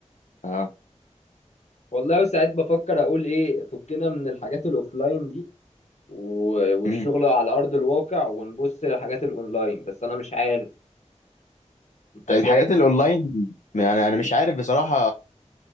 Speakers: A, on the left; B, on the left.
A: اه
B: والله ساعات بفكر اقول ايه فكنا من الحاجات الاوفلاين دي و- والشغل
A: امم
B: على ارض الواقع ونبص للحاجات الاونلاين بس انا مش عارف انت
A: الحاجات
B: فاهم
A: الأونلاين يعني أنا مش عارف بصراحة